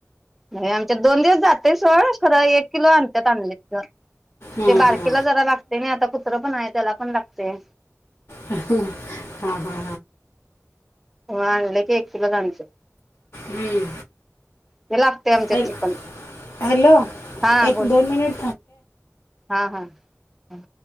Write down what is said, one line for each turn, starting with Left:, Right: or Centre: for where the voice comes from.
Centre: नाही आमच्यात दोन दिवस जातय सोडं खरं एक किलो आणत्यात आणली तर
Left: हां
Centre: ते बारकीला
Left: हां
Centre: जरा लागते नाही आता फ कुत्र पण आहे त्याला पण लागतय.
Left: हा हा हा
Centre: म्ह आणले की एक कीलोच आणायचं
Left: हम्
Centre: ते लागतय आमच्यात
Left: है
Centre: चिकन
Left: हैलो
Centre: हा
Left: एक-दोन
Centre: बोल हा हा ह